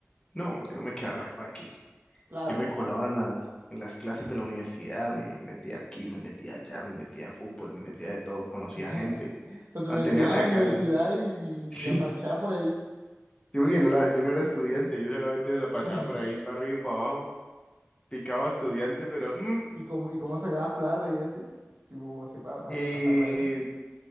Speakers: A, on the left; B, on the right.
A: No, yo no me quedaba en la calle.
B: Claro,
A: Yo me
B: pues
A: colaba
B: sí.
A: en las, en las clases de la universidad, me metía aquí, me metía allá, me metía en fútbol, me metía de todo, conocía
B: <laughs>
A: gente,
B: O sea, te
A: mantenía
B: metías
A: la
B: a la universidad
A: calle.
B: y,
A: <laughs> Sí.
B: y a parchar por ahí.
A: Sí, porque no la- yo no era estudiante, yo solamente me la pasaba
B: <laughs>
A: por ahí, para arriba y para abajo, picaba estudiante, pero mm,
B: ¿Y cómo, y cómo sacabas plata y eso? Tipo, así para
A: eh,
B: estar por ahí.